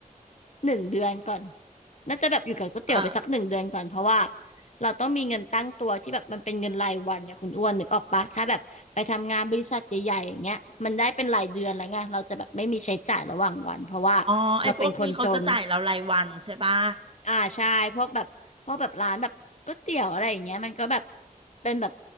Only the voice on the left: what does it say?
หนึ่งเดือนก่อนน่าจะแบบอยู่กับก๋วยเตี๋ยวไปสักหนึ่งเดือนก่อนเพราะว่า
เราต้องมีเงินตั้งตัวที่แบบมันเป็นเงินรายวันไงคุณอ้วนนึกออกปะถ้าแบบไปทำงานบริษัทใหญ่ๆอย่างเงี้ยมันได้เป็นรายเดือนแล้วไงเราจะแบบไม่มีใช้จ่ายระหว่างวันเพราะว่าเราเป็นคนจน
อ่าใช่พวกแบบพวกแบบร้านแบบก๋วยเตี๋ยวอะไรอย่างเงี้ยมันก็แบบเป็นแบบ